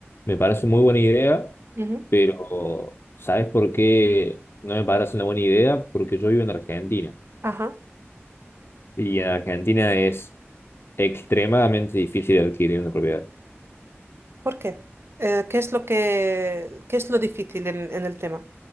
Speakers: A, on the left; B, on the right.
A: me parece muy buena idea,
B: Ujú.
A: pero ¿sabes por qué no me parece una buena idea? Porque yo vivo en Argentina
B: Ajá.
A: y en Argentina es extremadamente difícil adquirir una propiedad
B: ¿Por qué? Eh, ¿qué es lo que, qué es lo difícil en, en el tema?